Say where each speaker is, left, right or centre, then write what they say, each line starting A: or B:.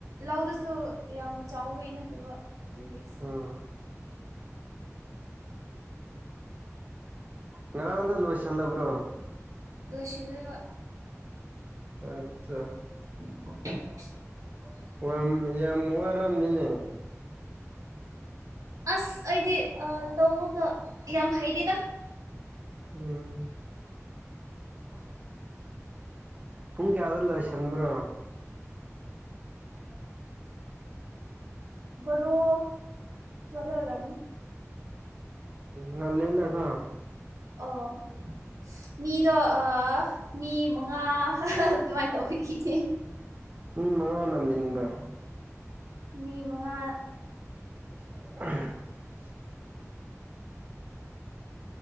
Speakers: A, on the right (about 85°); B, on the right (about 30°).
A: ꯂꯧꯗꯁꯨ ꯌꯥꯝ ꯆꯥꯎꯋ ꯅ ꯑꯗꯨꯒ ꯗꯒꯤ
B: ꯎꯝ ꯉꯔꯥꯡꯗ ꯂꯣꯏꯁꯤꯜꯂꯕ꯭ꯔꯣ
A: ꯂ꯭ꯂꯁꯤꯂ
B: ꯑꯠꯆꯥ
A: <unintelligible>
B: ꯑꯣ ꯌꯥꯝ ꯃꯨꯕꯥꯔꯝꯅꯤꯅꯦ
A: ꯑꯁ ꯑꯩꯗꯤ ꯇꯧꯔꯒ ꯌꯥꯝ ꯍꯩꯗꯦꯗ
B: ꯎꯝ
A: <inaudible>
B: ꯄꯨꯡ ꯀꯌꯥ ꯑꯗꯨꯂꯁꯟꯕ꯭ꯔꯣ ꯍ
A: ꯔꯣ ꯇꯋꯥꯗ ꯑꯣꯏꯔ
B: ꯎꯝ ꯅꯜꯅꯀꯥ
A: ꯑꯣ ꯃꯤꯗꯣ ꯃꯤ ꯃꯉꯥ ꯑꯗꯨꯃꯥꯏꯅ ꯇꯧꯕꯤꯈꯤꯅꯦ
B: ꯃꯤ ꯃꯉꯥꯅ ꯂꯤꯡꯕ
A: ꯃꯤ ꯃꯉꯥ
B: <unintelligible>